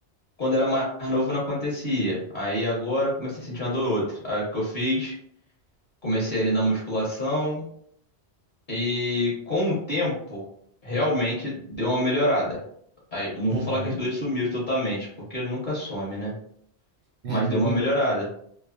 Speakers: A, on the left (about 45°); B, on the right (about 60°).
A: Quando era mais novo não acontecia. Aí agora eu comecei a sentir uma dor ou outra. Aí o que eu fiz? Comecei ali na musculação e com o tempo realmente deu uma melhorada. Aí, eu não vou
B: Uhum.
A: falar que as dores sumiram totalmente, porque nunca some, né?
B: É,
A: Mas
B: no,
A: deu uma melhorada.